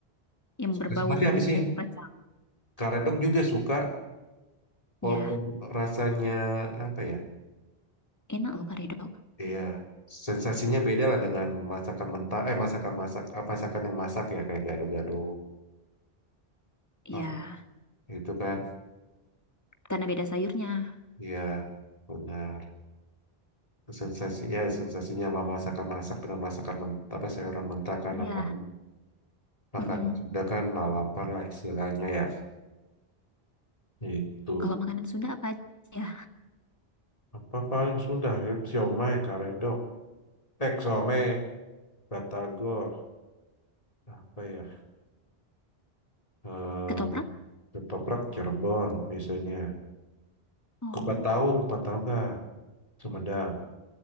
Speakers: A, on the left; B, on the left.
A: Yang
B: Suka
A: berbau
B: sama sih
A: bumbu-bumbu
B: habis sih?
A: kacang.
B: Karedok juga suka,
A: Ya,
B: walaupun rasanya apa ya?
A: enak loh karedok.
B: Iya, sensasinya beda lah dengan masakan mentah, eh masakan masak, apa masakan yang masak ya kayak gado-gado
A: Ya,
B: apa gitu kan?
A: karena beda sayurnya.
B: Iya, benar. Sensasi, ya sensasinya sama masakan masak dengan masakan mentah, apa sayuran mentah kan
A: Iya,
B: apa makanan
A: mm-mm.
B: Sunda kan lalapan lah istilahnya ya. Itu
A: Kalau makanan Sunda apa aja? ya?
B: apa paling Sunda ya? Siomay, karedok, eh siomay, batagor, apa ya? eh
A: Ketoprak?
B: ketoprak Cirebon biasanya.
A: Oh,
B: Kupat tahu, kupat tahu kah? Sumedang.